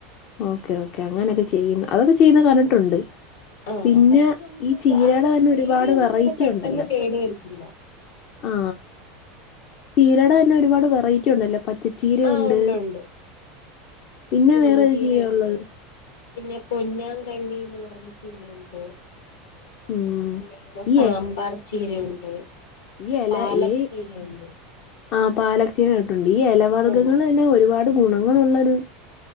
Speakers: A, on the left; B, on the left.
A: ഓക്കെ ഓക്കെ അങ്ങനെയക്കെ ചെയ്യുന്ന അതൊക്കെ ചെയ്യുന്ന കണ്ടിട്ടുണ്ട്.
B: ആഹ്
A: പിന്നെ
B: അതൊക്കെ നമുക്ക്
A: ഈ ചീരയുടെ
B: ആ
A: തന്നെ
B: ചീരയൊന്നും
A: ഒരുപാട് വെറൈറ്റി
B: അങ്ങനെ പെട്ടെന്ന്
A: ഉണ്ടല്ലോ.
B: കേട് വരത്തില്ല
A: ആ ചീരയുടെ തന്നെ ഒരുപാട് വെറൈറ്റി ഉണ്ടല്ലോ പച്ചച്ചീരയുണ്ട്
B: ആഹ് ഉണ്ട് ഉണ്ട്
A: പിന്നെ
B: ചുവന്ന
A: വേറെ ഒരു
B: ചീരയുണ്ട്
A: ചീരയ ഉള്ളത്
B: പിന്നെ പൊന്നാം കണ്ണിന്ന് പർഞ്ഞ ചീരയുണ്ട്.
A: ഉം
B: പിന്നെ <unintelligible>
A: ഈ
B: സാമ്പാർ ചീരയുണ്ട്
A: ഈ എല
B: പാലച്ചീരയുണ്ട്.
A: ഈ ആ പാലച്ചീരായിട്ടുണ്ട് ഈ എല വർഗ്ഗങ്ങൾ
B: ആഹ്
A: തന്നെ ഒരുപാട് ഗുണങ്ങുളള്ളത്